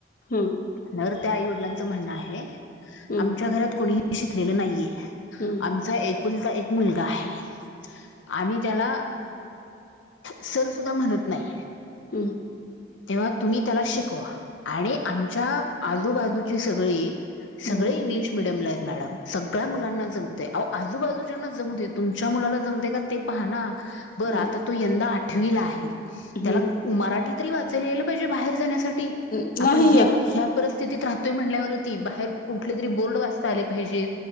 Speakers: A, on the left; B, on the left.
A: हम्म <inaudible>
B: तर त्या आई वडिलांचं म्हणणं आहे
A: हम्म
B: आमच्या घरात कोणीही शिकलेलं नाहीये
A: हम्म
B: आमचा
A: <inaudible>
B: एकुलता एक मुलगा आहे, आम्ही त्याला सर सुुद्धा म्हणत नाही.
A: हम्म <inaudible>
B: तेव्हा तुम्ही त्याला शिकवा आणि आमच्या आजूबाजूची सगळी-
A: हम्म
B: सगळे इंग्लिश मिडियमला आहेत मॅडम सगळ्या मुलांना जमते अहो आजूबाजूच्याना जम तुमच्या मुलाला जमते का ते पाह ना बरं
A: हम्म
B: आता तो यंदा आठवीला आहे. त्याला
A: हम्म
B: मराठी तरी वाचायला गपाहिजे बाहेर जाण्यासाठी,
A: नाही
B: आपण
A: येत
B: या परिस्थितीत राहतोय म्हणल्यावरती बाहेर कुठले तरी बोर्ड वाचता आले पाहिजेत